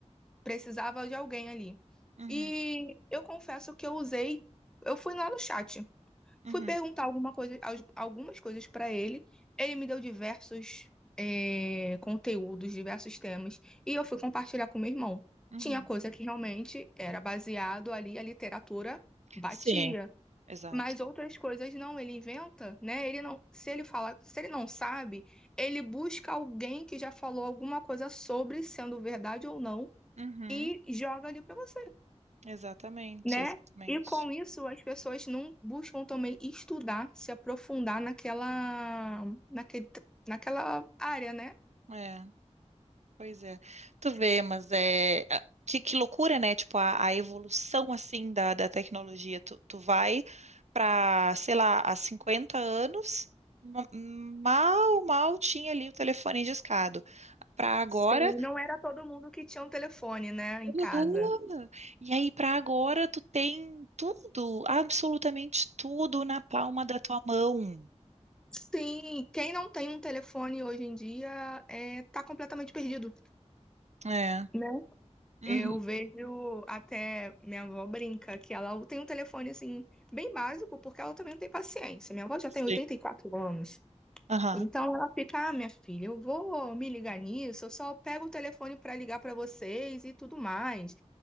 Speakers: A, in the centre; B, on the right.
A: precisava de alguém ali.
B: uhum,
A: E eu confesso que eu usei, eu fui lá no chat, fui
B: uhum,
A: perguntar alguma coisa, al- algumas coisas para ele, ele me deu diversos eh, conteúdos, diversos temas, e eu fui compartilhar com meu irmão.
B: uhum,
A: Tinha coisa que realmente era baseado ali, a literatura batia.
B: Sim. Exato.
A: Mas outras coisas não, ele inventa, né? Ele não, se ele fala, se ele não sabe, ele busca alguém que já falou alguma coisa sobre, sendo verdade ou não,
B: uhum,
A: e joga ali para você,
B: exatamente,
A: né?
B: exatamente.
A: E com isso as pessoas não buscam também estudar, se aprofundar naquela, naquele, naquela área, né?
B: É, pois é. Tu vê, mas é. a- Que, que loucura, né? Tipo, a, a evolução, assim, da, da tecnologia. Tu, tu vai para, sei lá, há 50 anos, ma- mal, mal tinha ali o telefone discado. Para agora.
A: Sim, não era todo mundo que tinha um telefone, né, em casa.
B: Aham. E aí, para agora, tu tem tudo, absolutamente tudo na palma da tua mão.
A: Sim, quem não tem um telefone hoje em dia é, tá completamente perdido,
B: É.
A: né?
B: Uhum.
A: Eu vejo até minha avó brinca que ela tem um telefone assim bem básico, porque ela também não tem paciência. Minha avó já
B: Sim.
A: tem 84 anos.
B: Aham.
A: Então ela fica, ah, minha filha, eu vou me ligar nisso, eu só pego o telefone para ligar para vocês e tudo mais.